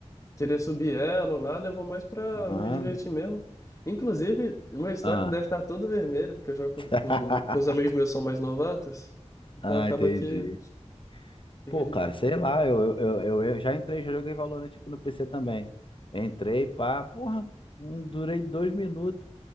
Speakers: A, on the left; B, on the left.
A: querer subir elo, nada, eu vou mais pra
B: Não.
A: me divertir mesmo. Inclusive, meu histórico
B: Ah,
A: deve estar todo vermelho, porque eu jogo com,
B: <laughs>
A: com, com os amigos meus que são mais novatos, então
B: ah,
A: acaba
B: entendi.
A: que fica
B: Pô,
A: difícil.
B: cara, sei lá, eu, eu, eu, eu já entrei, já joguei Valorant aqui no PC também. Entrei, pá, porra, não durei dois minutos.